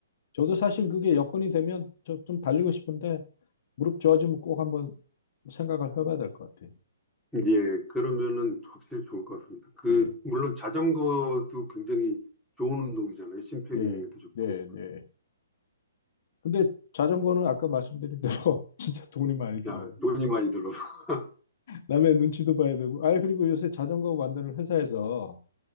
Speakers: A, on the left; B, in the centre.
A: 저도 사실 그게 여건이 되면 저 좀 달리고 싶은데 무릎 좋아지면 꼭 한번 생각을 해봐야 될 것 같아요.
B: 예, 그러면은 확실히 좋을 것 같습니다. 그,
A: 예.
B: 물론 자전거도 굉장히 좋은 운동이잖아요. 심폐
A: 예,
B: 기능에도 좋고.
A: 네, 네. 근데 자전거는 아까 말씀드린 대로 <laughs> 진짜 돈이 많이 들어요.
B: 야, 돈이 많이 들어서. <laughs>
A: 남의 눈치도 봐야 되고. 아, 그리고 요새 자전거 만드는 회사에서